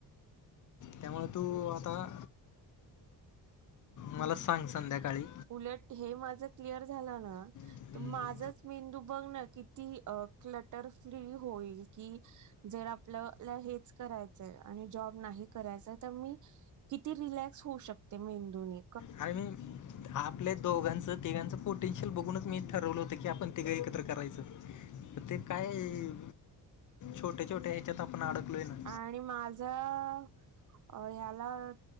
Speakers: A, on the left (about 50°); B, on the right (about 50°).
A: त्यांमुळे तूं आंता मलां सांग संध्याकांळी.
B: उलटं हे माझं क्लिअर झालायं नां
A: हम्म,
B: तरं माझांच मेंदू बघं नां किती क्लटरं फ्री होईल कि जरं आपल्यांला हेंच करायचंय आणि जॉब नाहीं करायचं तरं मी किती रिलॅक्स होऊं शकते मेंदू नी
A: हांय मीन आपल्या दोघांचं, तिघांचं, पोटेन्शियल बघूंनचं मी ठरवलं होतं की आपणं तिघं एकत्रं करायचं. ते कायं छोट्यां छोट्यां ह्यांच्यात आपणं अडकलोय नां..
B: आणि मां जां ह्यांलाचं..